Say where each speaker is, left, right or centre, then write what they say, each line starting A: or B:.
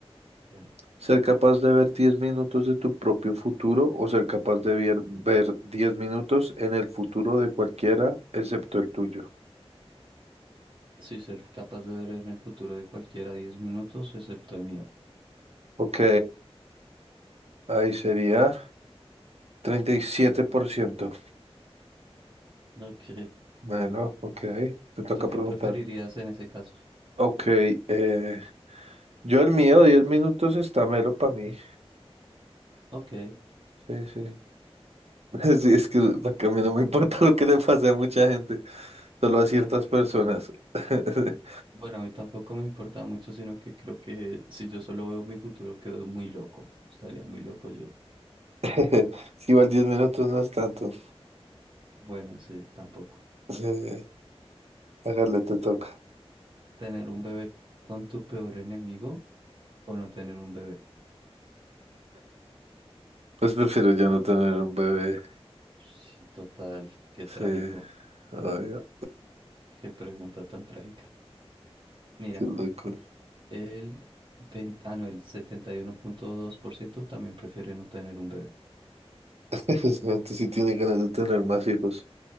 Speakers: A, on the right; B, on the right.
A: Dale.
B: ¿Ser capaz de ver 10 minutos de tu propio futuro o ser capaz de vier- ver 10 minutos en el futuro de cualquiera excepto el tuyo?
A: Sí, ser capaz de ver en el futuro de cualquiera 10 minutos, excepto el mío.
B: Ok, ahí sería 37%.
A: Ok. <laughs>
B: Bueno, ok, te toca
A: ¿Tú qué
B: preguntar.
A: preferirías en ese caso?
B: Ok, eh, yo el mío, 10 minutos está melo para mí.
A: Ok.
B: Sí, sí. <laughs> Sí, es que para a mí no me importa lo que le pase a mucha gente, solo a ciertas
A: ok.
B: personas. <laughs>
A: Bueno, a mí tampoco me importa mucho, sino que creo que si yo solo veo mi futuro, quedo muy loco. Estaría muy loco yo.
B: Es que igual 10 minutos no es tanto.
A: Bueno, sí, tampoco.
B: Sí, hágale, te toca.
A: ¿Tener un bebé con tu peor enemigo o no tener un bebé?
B: Pues prefiero ya no tener un bebé.
A: Sí, total. Qué
B: Sí,
A: trágico.
B: obvio.
A: Qué pregunta tan trágica. Mira,
B: Qué loco.
A: el 20 ah, no, el setenta y uno punto dos por ciento también prefiere no tener un bebé.
B: <laughs> Esa gente sí tiene ganas de tener más hijos.